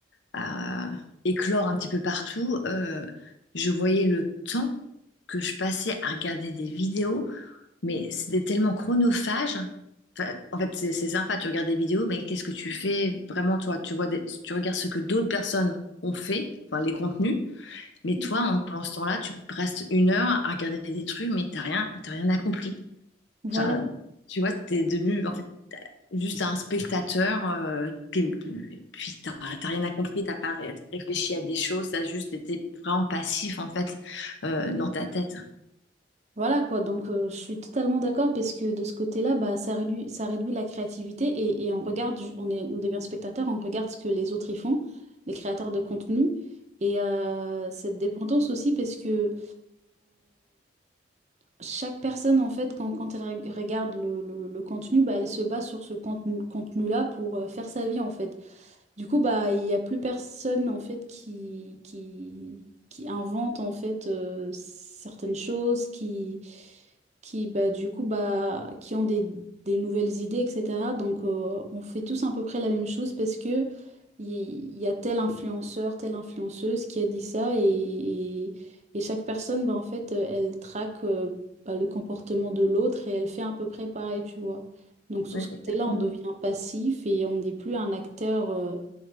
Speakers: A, on the left; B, on the right.
A: à éclore un petit peu partout, euh, je voyais le temps que je passais à regarder des vidéos, mais c'était tellement chronophage. Enfin, en fait, c'est c'est sympa, tu regardes des vidéos, mais qu'est-ce que tu fais vraiment toi? Tu vois des- tu regardes ce que d'autres personnes ont fait, enfin les contenus, mais
B: Mhm.
A: toi, en, pendant ce temps-là, tu restes une heure à regarder des trucs, mais t'as rien, t'as rien accompli.
B: Voilà.
A: Enfin, tu vois, t'es devenu en fait t'as- juste un spectateur euh, qui, puis t'as t'as rien à compris, t'as pas ré- réfléchi à des choses, t'as juste été vraiment passif en fait euh, dans ta tête.
B: Voilà quoi, donc euh, je suis totalement d'accord parce que de ce côté-là, bah, ça réduit, ça réduit la créativité et, et on regarde, ju- on est, on devient spectateur, on regarde ce que les autres y font, les créateurs de contenu. Et euh, cette dépendance aussi parce que chaque personne, en fait, quand, quand elle reg- regarde le, le- le contenu, bah, elle se base sur ce contenu, contenu-là pour euh, faire sa vie, en fait. Du coup, bah, il n'y a plus personne, en fait, qui, qui, qui invente, en fait, euh, certaines choses, qui, qui bah, du coup, bah, qui ont des, des nouvelles idées, etc. Donc, euh, on fait tous à peu près la même chose parce que il il y, a tel influenceur, telle influenceuse qui a dit ça et et- et chaque personne, bah, en fait, euh, elle traque euh, bah, le comportement de l'autre et elle fait à peu près pareil, tu vois. Donc sur
A: Oui,
B: ce côté-là,
A: exactement.
B: on devient passif et on n'est plus un acteur euh,